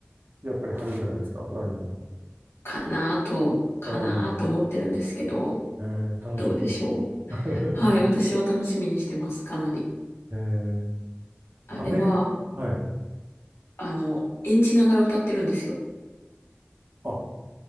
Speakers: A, on the right; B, on the left.
A: やっぱり春ぐらいですか。来年の。
B: かなと、かなと思ってるんですけど、
A: うんえー、楽しみですね。
B: どうでしょう。
A: <laughs>
B: はい、私は楽しみにしてます、かなり。
A: えー、
B: あれは、
A: アメリカ、はい。
B: あの、演じながら歌ってるんですよ。
A: あ、